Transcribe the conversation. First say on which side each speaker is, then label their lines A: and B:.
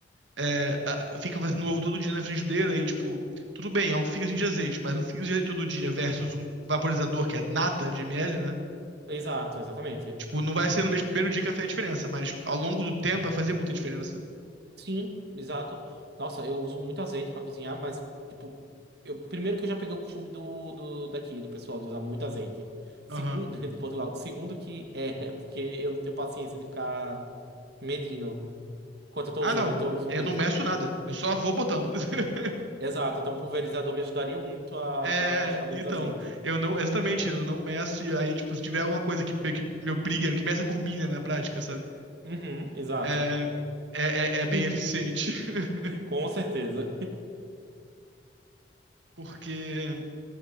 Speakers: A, on the right; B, on the right.
A: é, a- fica fazendo ovo todo dia na frigideira e, tipo, tudo bem, é um fiozinho de azeite, mas um fio de azeite todo dia versus um vaporizador que é nada de ml, né?
B: Exato, exatamente.
A: Tipo, não vai ser no mesmo primeiro dia que vai fazer a diferença, mas ao longo do tempo vai fazer muita diferença.
B: Sim, exato. Nossa, eu uso muito azeite pra cozinhar, mas, tipo, eu, primeiro que eu já peguei o costume do, do daqui, do pessoal, de usar muito azeite. Segundo,
A: Aham.
B: <laughs> de Portugal. Segundo que é, é porque eu não tenho paciência de ficar medindo quanto eu tô
A: Ah,
B: usando,
A: não.
B: então eu uso
A: Eu
B: muito.
A: não meço nada. Eu só vou botando. <laughs>
B: Exato, então pulverizador me ajudaria muito a,
A: É,
B: a gastar
A: então,
B: menos azeite.
A: eu não, exatamente, eu não meço, e aí, tipo, se tiver alguma coisa que, meio que me obriga, que meça por mim, né, na prática, sabe?
B: Uhum, exato.
A: É, é, é é bem
B: <laughs>
A: eficiente, <laughs>
B: Com certeza.
A: porque